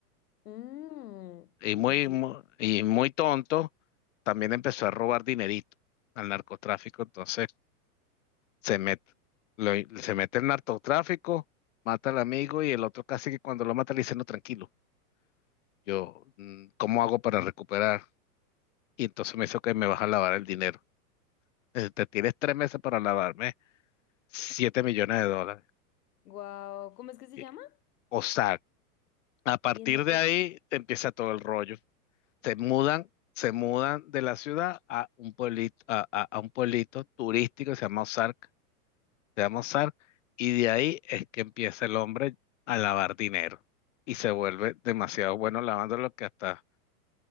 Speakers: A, on the left (about 80°); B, on the left (about 55°).
A: Mm,
B: y muy,
A: ok.
B: mu- y muy tonto, también empezó a robar dinerito al narcotráfico. Entonces se mete, lo- se mete el narcotráfico, mata al amigo y el otro casi que cuando lo mata le dice, no, tranquilo, yo, mm, ¿cómo hago para recuperar? Y entonces me dice que me vas a lavar el dinero. Eh, Te tienes tres meses para lavarme siete millones de dólares.
A: Wow. ¿Cómo es que se
B: Eh,
A: llama?
B: O sea, a partir
A: Y en do-
B: de
A: eh,
B: ahí empieza todo el rollo. se mudan, se mudan de la ciudad a un pueblito, a, a- a un pueblito turístico que se llama Ozark, se llama Ozark, y de ahí es que empieza el hombre a lavar dinero y se vuelve demasiado bueno lavando lo que hasta